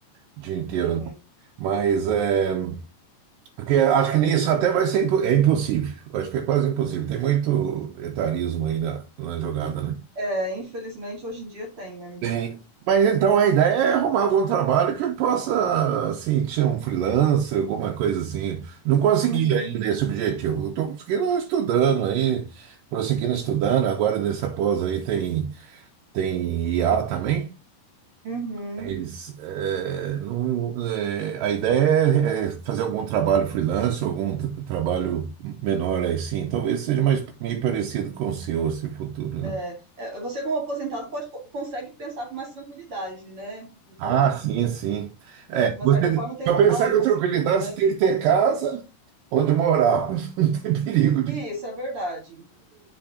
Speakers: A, on the right; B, on the right.
A: o dia inteiro,
B: Sim.
A: né? mas é porque acho que nisso até vai ser impo- é impossível. Acho que é quase impossível. Tem muito etarismo aí na, na jogada, né?
B: É, infelizmente hoje em dia tem, né?
A: Tem. Mas então a ideia é arrumar algum trabalho que eu possa, assim, tirar um freelancer, alguma coisa assim. Não consegui
B: Uhum,
A: ainda esse objetivo. Eu estou conseguindo estudando aí, prosseguindo estudando. Agora nessa pós aí tem, tem IA também.
B: uhum.
A: Mas, é, não, é, a ideia é é fazer algum trabalho freelance, algum tra- trabalho menor aí sim. Talvez seja mais meio parecido com o seu, esse futuro, né?
B: É, é, você como aposentado pode co- consegue pensar com mais tranquilidade, né? Porque
A: Ah, sim, sim.
B: é, de uma
A: Você,
B: certa forma tem
A: para
B: um-
A: pensar
B: algo
A: com tranquilidade,
B: seguro, né?
A: você tem que ter casa onde morar, <laughs> para não ter perigo
B: E isso é verdade.